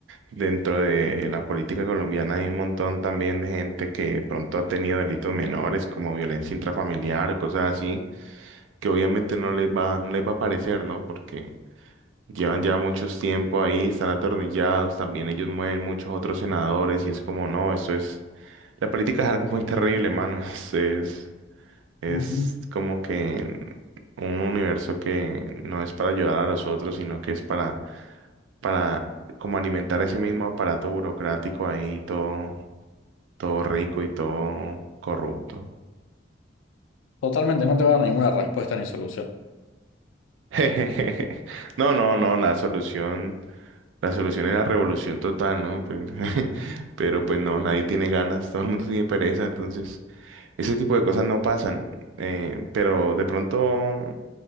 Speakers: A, on the right; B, on the left.
A: dentro de la política colombiana hay un montón también de gente que de pronto ha tenido delitos menores como violencia intrafamiliar o cosas así, que obviamente no les va, no les va a parecer, ¿no? Porque Llevan ya muchos tiempo ahí, están atornillados, también ellos mueven muchos otros senadores y es como, no, eso es, la política es algo muy terrible, mano, <laughs> es, es, es
B: Ujú.
A: como que un universo que no es para ayudar a los otros, sino que es para, para como alimentar ese mismo aparato burocrático ahí, todo, todo rico y todo corrupto.
B: Totalmente, no te va a dar ninguna respuesta ni solución.
A: <laughs> Jejeje. No, no, no, la solución, la solución es la revolución total, ¿no? Pues, <laughs> Pero pues no, nadie tiene ganas, todo el mundo tiene pereza, entonces ese tipo de cosas no pasan. Eh, pero de pronto